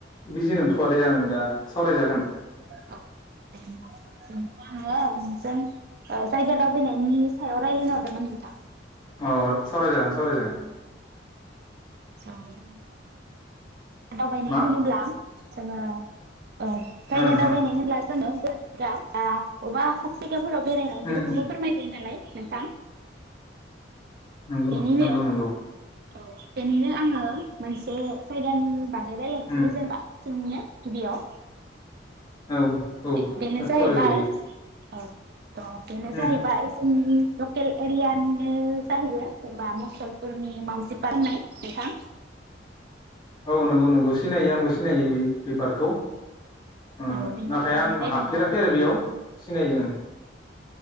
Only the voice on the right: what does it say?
<inaudible> आङो नोंजों ओ जायगा दावबायनायनि सायाव रायलायनो हरदोंमोन नोंथां।
<unintelligible> दावबायनाय
होनोब्ला जोङो ओ जायगा
दावबायनाय
होनब्ला जोङो ओ अबा खाथि जायगाफोराव बेरायनाय
बेफोरखौबो
फोरमाय जायो नालाय नोंथां।
बेनिनो
औ बेनिनो आङो मोनसे साय <unintelligible> बागै रायलायनायनोसै
जेनेबा खाथिनिनो गिबियाव
बे-बेनो जाहैबाय
औ त' बेनो जाहैबाय
जोंनि लकेल एरियानिनो जाहैयो जेनबा मसलपुरनि मावजि पार्क होन्नाय नोंथां।
औ बेनि
बागै
रायलायनो